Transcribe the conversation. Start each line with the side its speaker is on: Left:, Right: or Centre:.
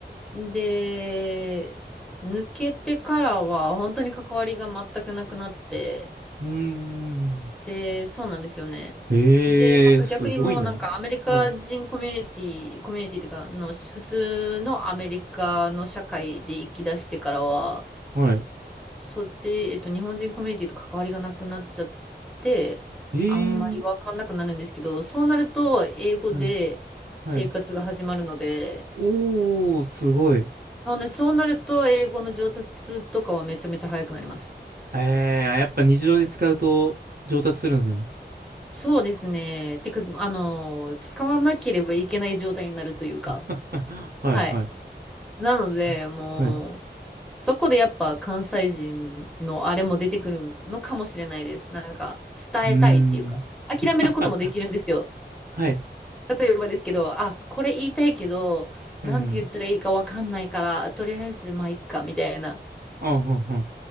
Centre: で、抜けてからは本当に関わりが全くなくなって、
Right: うーん。
Centre: で、そうなんですよね。
Right: ええすごいな。
Centre: で、なんか逆にもうなんかアメリカ人コミュニティ、
Right: はい、
Centre: コミュニティっていうかの、普通のアメリカの社会で生き出してからは、
Right: はい。
Centre: そっち、えっと、日本人コミュニティと関わりがなくなっちゃって、
Right: ええ
Centre: あんまりわかんなくなるんですけど、そうなると、英語で生活が始まるので、
Right: はい、はい。おー、すごい。
Centre: そうね、そうなると、英語の上達とかはめちゃめちゃ早くなります。
Right: ええやっぱ日常で使うと上達するんですね。
Centre: そうですね。てか、あの、使わなければいけない状態になるというか、
Right: <laughs> はい、
Centre: はい。
Right: はい。
Centre: なので、
Right: んはい。
Centre: もう、そこでやっぱ関西人のあれも出てくるのかもしれないです。なんか、伝えたいっていうか、
Right: うーん。
Centre: 諦めることもできるんですよ。
Right: <laughs> はい。
Centre: 例えばですけど、あ、これ言いたいけど、
Right: うん。
Centre: なんて言ったらいいかわかんないから、とりあえずまあいっか、みたいな
Right: うん、うん、うん。